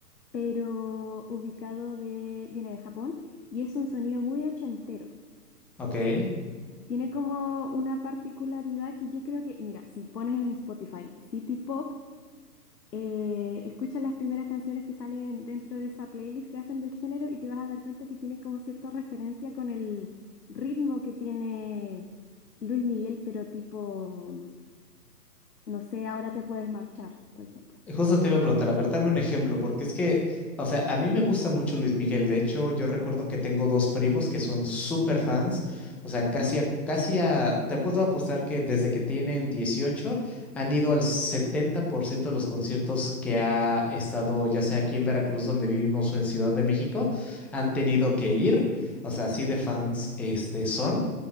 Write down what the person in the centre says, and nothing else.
Ok.
Justo te iba a preguntar, a ver, dame un ejemplo, porque es que, o sea, a mí me gusta mucho Luis Miguel. De hecho, yo recuerdo que tengo dos primos que son súper fans. O sea,
casi a, casi a, te puedo apostar que desde que tienen 18 han ido al 70% de los conciertos que ha estado, ya sea aquí en Veracruz, donde vivimos, o en Ciudad de México, han tenido que ir. O sea, así de fans, este, son.